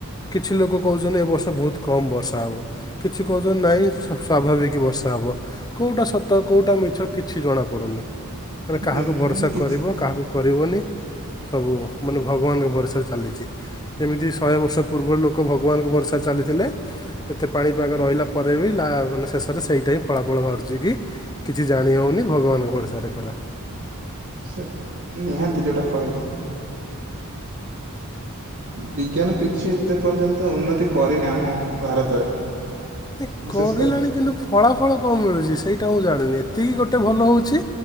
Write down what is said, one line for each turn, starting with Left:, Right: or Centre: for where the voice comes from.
Left: କିଛି ଲୋକ କହୁଛନ୍ତି। ଏ ବର୍ଷ ବହୁତ କମ୍ ବର୍ଷା ହେବ କିଛି କହୁଛନ୍ତି ନହିଁ ସ୍ୱାଭାବିକ ବର୍ଷା ହେବ କେଉଁଟା ସତ କେଉଁଟା ମିଛ କିଛି ଜଣାପଡ଼ୁନି। ମାନେ କାହାକୁ
Right: ଏମିତି
Left: ଭରସା
Right: କିଛି
Left: କରିବ କାହାକୁ କରିବନି? ସବୁ ମାନେ ଭଗବାନଙ୍କ ଭରସା। ଚାଲିଛି ଯେମିତି ଶହେ ବର୍ଷ ପୂର୍ବରୁ ଲୋକ ଭଗବାନଙ୍କ ଭରସା ଚାଲିଥିଲେ ଏତେ ପାଣିପାଗ ରହିଲା ପରେ ବି ମାନେ ଶେଷରେ ସେଇଟା ହିଁ ଫଳାଫଳ ବାହାରୁଛି କି କିଛି ଜାଣି ହେଉନି ଭଗବାନଙ୍କ ଭରସାରେ କର।
Right: ସେ ନିହାତି ଯୋଉଟା କହିଲ ବିଜ୍ଞାନ କିଛି ଏତେ ପର୍ଯ୍ୟନ୍ତ ଉନ୍ନତି କରିନି ଆମ ଭାରତରେ!
Left: ନାଇଁ
Right: ବିଶେଷ
Left: କରିଲାଣି
Right: କରି
Left: କିନ୍ତୁ ଫଳାଫଳ କଣ ମିଳୁଛି ସେଇଟା ଆଉଁ ଜାଣିନି ଏେ? ଏତିକି ଗୋଟେ ଭଲ ହେଉଛି